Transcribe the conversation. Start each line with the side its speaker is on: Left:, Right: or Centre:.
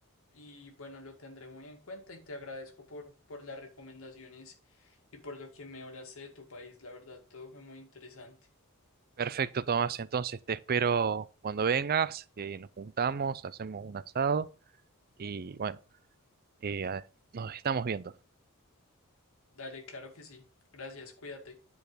Left: Y bueno, lo tendré muy en cuenta y te agradezco por, por las recomendaciones y por lo que me hablaste de tu país. La verdad, todo fue muy interesante.
Right: Perfecto, Tomás. Entonces te espero cuando vengas, eh, nos juntamos, hacemos un asado y bueno, eh, nos estamos viendo.
Left: Dale, claro que sí. Gracias, cuídate.